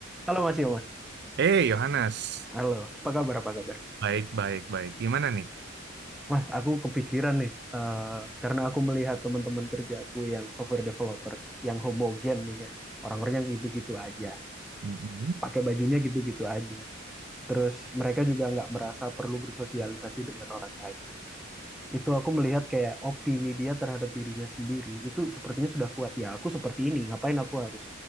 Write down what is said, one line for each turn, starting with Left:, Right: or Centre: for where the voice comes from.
Centre: Halo Mas Yoma,
Right: Eh, Yohanes.
Centre: halo. Apa kabar? Apa kabar?
Right: Baik, baik, baik. Gimana nih?
Centre: Mas, aku kepikiran nih, eh, karena aku melihat teman-teman kerjaku yang software developer, yang homogen nih ya, orang-orangnya gitu-gitu aja,
Right: Mm-mm,
Centre: pakai bajunya gitu-gitu aja. Terus mereka juga nggak merasa perlu bersosialisasi dengan orang lain. Itu aku melihat kayak opini dia terhadap dirinya sendiri itu sepertinya sudah kuat. Ya, aku seperti ini, ngapain aku harus